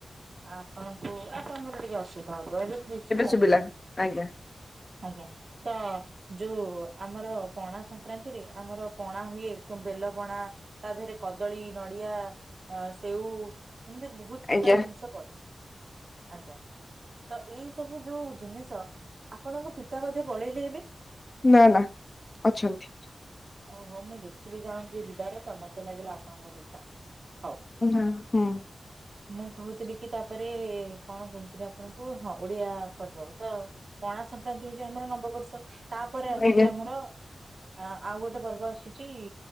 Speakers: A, on the right; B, on the left.
A: ଆପଣଙ୍କୁ ଆପଣଙ୍କର ଟିକେ ଅସୁବିଧା ହବ ଏବେ ତ କିଛି ଆପଣଙ୍କ
B: ଶୁଭିଲା ଆଜ୍ଞା
A: ଆଜ୍ଞା ତ ଯୋଉ ଆମର ପଣା ସଂକ୍ରାନ୍ତିରେ ଆମର ପଣା ହୁଏ ଯୋଉ ବେଲ ପଣା ତା ଦେହେରେ କଦଳୀ ନଡିଆ ଆ ସେଉ ଏମିତି ବ ବହୁତ ପ୍ରକାର
B: ଆଜ୍ଞା
A: ଜିନିଷ ପଡ଼ିଥାଏ ଆଜ୍ଞା। ତ ଏଇ ସବୁ ଯୋଉ ଜିନିଷ ଆପଣଙ୍କ ପିତା ବୋଧେ ପଳେଇଲେ ଏବେ?
B: ନାଁ ନାଁ ଅଛନ୍ତି।
A: ଓ ହୋ ମୁଁ ଦେଖିଲି ଜଣକୁ ଯିବାର ତ ମତେ ଲାଗିଲା ଆପଣଙ୍କ ପିତା ହଉ।
B: ନାଁ ହୁଁ।
A: ମୁଁ କହୁଥିଲି କି ତାପରେ କଣ କହୁ ଥିଲି ଆପଣଙ୍କୁ ହଁ ଓଡିଆ ପର୍ବ ତ ପଣା ସଂକ୍ରାନ୍ତି ହଉଛି ଆମର ନବବର୍ଷ ତାପରେ ଆସୁଛି
B: ଆଜ୍ଞା
A: ଆମର ଆ ଆଉ ଗୋଟେ ପର୍ବ ଆସୁଛି